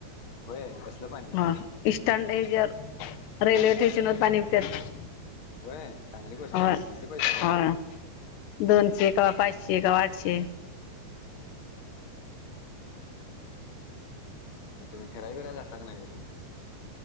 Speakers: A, on the left (about 55°); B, on the left (about 75°).
A: होय कसलं पाणी
B: हा इ्टँड हे ज रेल्वे टेश नमधे पाणी विकत्यात.
A: होय चांगली गोष्ट
B: हो,
A: आहे
B: होय.
A: की किती पैसा कमवतात
B: दोनशे कवा पाच <unintelligible> शे कवा आठशे.
A: मग तुम्ही फिराय- बिराय जाताय का नाही कुठे?